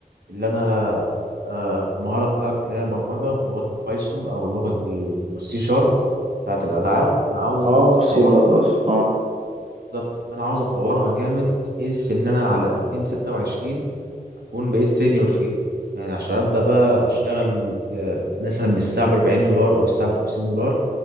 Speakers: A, on the right (about 85°); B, on the right (about 40°).
A: اللي انا آه، في المهاره بتاعتي اللي هي برمجه في لغه البايثون او لغه السي شارب بتاعت الالعاب انا عاوز
B: اه
A: اطورها
B: سي بلس بلس اه
A: بالظبط انا عاوز اطورها جامد بحيث ان انا على 2026 اكون بقيت سينيور فيها يعني عشان ابدا بقى اشتغل آه، مثلا بالساعه ب 40 دولار او الساعه ب 50 دولار